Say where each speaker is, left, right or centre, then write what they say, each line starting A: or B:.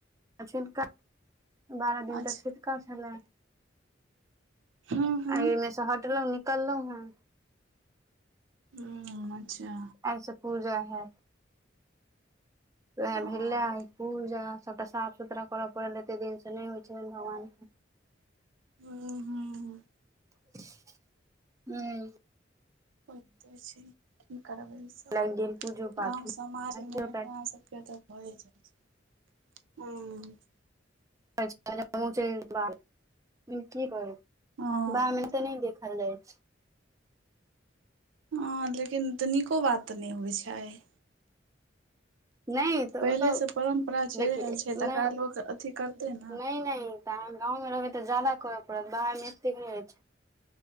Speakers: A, on the right; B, on the right.
A: आ छुतका, बारह दिन
B: अच्छा
A: तऽ छुतका छलै।
B: हूँ हूँ
A: आ एहिमे से हटलहुं निकललहुं हैं।
B: हुँ अच्छा!
A: आय से पूजा हैत। ओहे
B: हँ
A: भेला पूजा। सबटा साफ -सुथरा करय पड़ल, एते दिन से नहि होइ छलनि भगवान के।
B: हुं -हुं।
A: <inaudible> हूँ।
B: ओइते छै, की करबै ई स
A: लागि गेल पूजो पाठो
B: गाँव समाजमे
A: की
B: अपना सबके तऽ होए जाइ छै, हुँ।
A: ब की करब
B: हँ
A: बमे तऽ नहि देख <unintelligible> भेल जाय छै।
B: हँ, लेकिन तऽ नीको बात तऽ नहि बुझाइ हय।
A: नहि तऽ
B: पहिलेसँ
A: तऽ
B: परम्परा चलि
A: देख नहि
B: रहल छै तकरा लोक अथी करतै ने
A: -नहि -नहि। तऽ अहाँ गाँवमे रहबै तऽ ज्यादा करय पड़त, बाहरमे एतेक नहि रहैत छै।